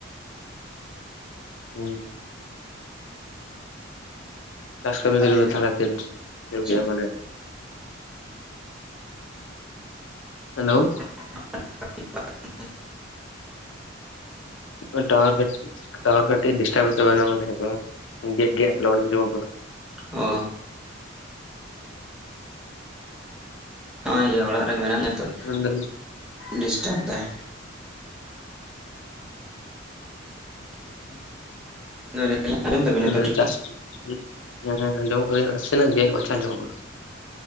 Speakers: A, on the left; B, in the centre.
A: ᱦᱩᱸ᱾ ᱪᱟᱥ ᱠᱟᱢᱤ
B: ᱟᱹᱵᱤᱱ
A: ᱠᱚ ᱵᱮ
B: ᱫᱚ
A: ᱛᱷᱟᱞᱮ ᱛᱤᱱᱥ ᱠᱮᱹᱞ ᱠᱮᱭᱟ?
B: ᱪᱮᱫ
A: ᱢᱟᱱᱮ ᱦᱮᱞᱳᱣ᱾
B: <inaudible>
A: ᱠᱟᱹᱡ ᱴᱟᱣᱟᱨ ᱠᱟᱹ, ᱴᱟᱣᱟᱨ ᱠᱟᱴᱤᱜ ᱰᱤᱥᱴᱟᱵᱮᱜ ᱛᱟᱵᱮᱱᱟ ᱢᱚᱱᱮ ᱦᱳᱭᱳᱜ ᱠᱟᱱᱟ ᱩᱸ ᱜᱮᱜ-ᱜᱮ ᱞᱚᱲ ᱟᱸᱡᱚᱢᱚᱜ ᱠᱟᱱᱟ᱾
B: ᱚ᱾ ᱱᱚᱜᱼᱚᱭ ᱡᱮ ᱚᱲᱟᱜ ᱨᱮ ᱜᱮ ᱢᱟᱱᱟᱜ ᱞᱤᱧᱟᱹ ᱛᱚᱸᱡ
A: ᱢᱮᱱᱫᱟᱞᱤᱧ
B: ᱰᱤᱥᱴᱟᱵ ᱫᱟᱭ᱾
A: ᱦᱩᱸ᱾
B: <unintelligible>
A: ᱢᱟᱱᱮ
B: ᱱᱤᱛᱚᱜ ᱴᱷᱤᱠ
A: ᱡᱟᱹᱥᱛᱤ
B: ᱴᱷᱟᱠ
A: ᱦᱮᱸ ᱧᱚᱜ ᱠᱟᱹᱧ ᱱᱟᱥᱮ ᱜᱮ ᱢᱟᱪᱷᱟ ᱧᱚᱜ ᱠᱟᱱᱟ <inaudible>